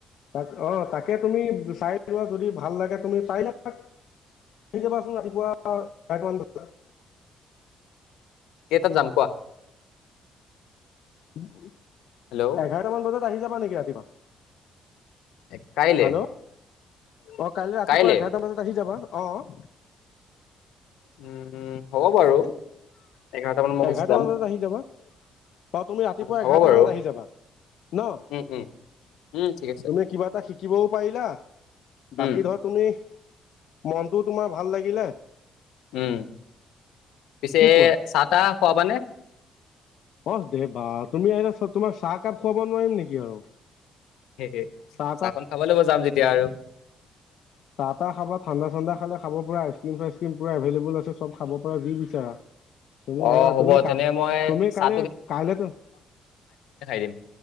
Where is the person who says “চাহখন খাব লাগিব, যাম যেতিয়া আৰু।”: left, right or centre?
Left